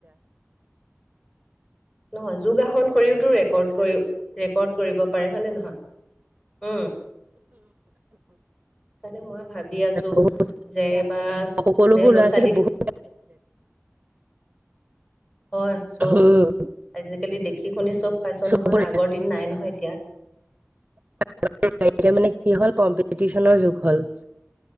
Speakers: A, on the left; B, on the right.
A: নহয় যোগাসন কৰিওতো ৰেকৰ্ড কৰিও ৰেকৰ্ড কৰিব পাৰে। হয় নে নহয়? উম। সেইকাৰণে মইও ভাবি আছো
B: বহুত
A: যে এবাৰ
B: সকলোবোৰ
A: নে ল'ৰা-ছোৱালীকচ
B: ল'ৰা ছোৱালী বহুত
A: হয় চব
B: উম
A: আজিকালি দেখি শুনি চব পাইছো
B: চবৰে
A: নহয় আগৰ দিন নাই নহয় এতিয়া।
B: <unintelligible> এতিয়া মানে কি হ'ল কম্পিটিচনৰ যুগ হ'ল